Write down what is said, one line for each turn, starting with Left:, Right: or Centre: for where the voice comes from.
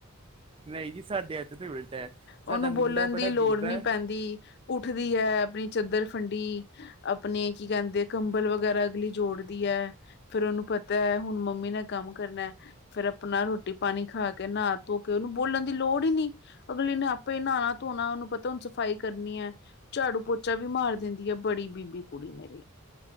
Right: ਨਹੀਂ ਜੀ ਸਾਡੇ ਇੱਥੇ ਤੇ ਉਲਟਾ ਹੈ ਸਾਡਾ
Left: ਉਹਨੂੰ
Right: ਮੁੰਡਾ
Left: ਬੋਲਣ ਦੀ
Right: ਬੜਾ
Left: ਲੋੜ
Right: ਬੀਬਾ
Left: ਨੀ
Right: ਹੈ
Left: ਪੈਂਦੀ ਉੱਠਦੀ ਐ ਆਪਣੀ ਚਾਦਰ ਫੰਡੀ, ਆਪਣੇ ਕੀ ਕਹਿੰਦੇ ਕੰਬਲ ਵਗੈਰਾ ਅਗਲੀ ਜੋੜਦੀ ਐ। ਫਿਰ ਉਹਨੂੰ ਪਤਾ ਐ, ਹੁਣ ਮੰਮੀ ਨੇ ਕੰਮ ਕਰਨਾ। ਫਿਰ ਆਪਣਾ ਰੋਟੀ ਪਾਣੀ ਖਾ ਕੇ, ਨਾਹ ਧੋ ਕੇ, ਉਹਨੂੰ ਬੋਲਣ ਦੀ ਲੋੜ ਹੀ ਨੀ। ਅਗਲੀ ਨੇ ਆਪੇ ਨਾਣਾ ਧੋਣਾ, ਉਹਨੂੰ ਪਤਾ ਹੁਣ ਸਫ਼ਾਈ ਕਰਨੀ ਐ, ਝਾੜੂ ਪੋਚ ਪੋਚਾ ਵੀ ਮਾਰ ਦਿੰਦੀ ਐ, ਬੜੀ ਬੀਬੀ ਕੁੜੀ ਮੇਰੀ,